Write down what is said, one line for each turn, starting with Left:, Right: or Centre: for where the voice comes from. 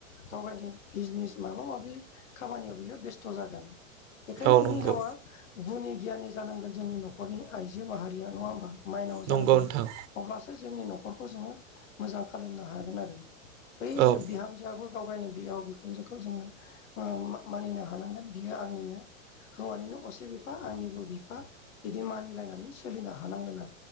Left: गाव गावनि बिजनेस माबा माबि खामानियाव बियो बेस्थ जागोन बेखायनो
Right: औ
Left: हिनजावा
Right: नंगौ
Left: गुनि गियानि जानांगोन जोंनि नखरनि आइजो माहारिया नङा होमबा? माइनाव
Right: नंगौ
Left: जानांगोन
Right: नोंथां
Left: अब्लासो जोंनि नखरखौ जोङो मोजां खालामनो हागोन आरो ओय
Right: औ
Left: जो बिहामजोयाबो गाव गावनि बियाव बिखुनजोखौ जोङो ओ मानिनो हानांगोन बियो आंनिनो हौवानिनो असे बिफा आंनिबो बिफा बिदि मानिलायनानै सोलिनो हानांगोन आ